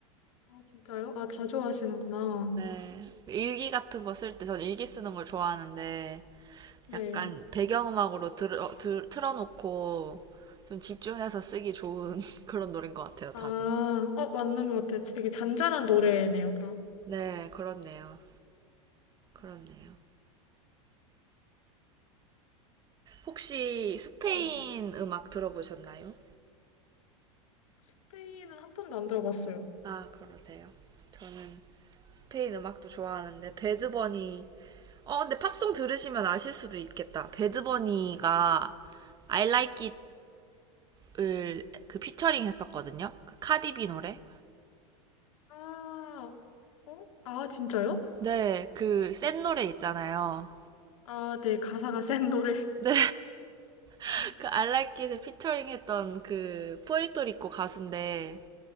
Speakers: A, on the left; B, on the right.
A: 아, 진짜요? 아, 다 좋아하시는구나.
B: 네. 일기 같은 거 쓸 때 전 일기 쓰는 걸 좋아하는데
A: 네.
B: 약간 배경음악으로 들어, 들, 틀어놓고 좀 집중해서 쓰기 좋은 <laughs> 그런 노래인 것 같아요,
A: 아,
B: 다들.
A: 어, 맞는 것 같아요. 되게 잔잔한 노래네요, 다.
B: 네, 그렇네요. 그렇네요.
A: 음,
B: 혹시
A: 감성적인.
B: 스페인 음악 들어보셨나요?
A: 스페인은 한 번도 안 들어봤어요.
B: 아, 그러세요. 저는 스페인 음악도 좋아하는데 배드버니 어, 근데 팝송 들으시면 아실 수도 있겠다. 배드버니가 I Like It을 그 피처링 했었거든요. 그 카디비 노래.
A: 아, 어? 아, 진짜요?
B: 네, 그 센 노래 있잖아요.
A: 아, 네, 가사가 센 노래.
B: 네, <laughs>
A: <laughs>
B: 그 I Like It을 피처링 했던 그 푸에르토리코 가수인데